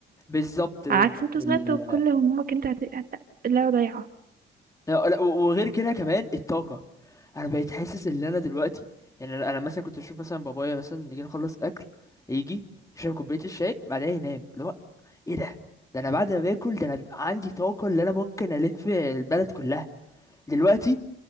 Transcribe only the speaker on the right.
على عكس وأنت
صغير تبقى كل همومك أنت هت هت اللعبة ضايعة،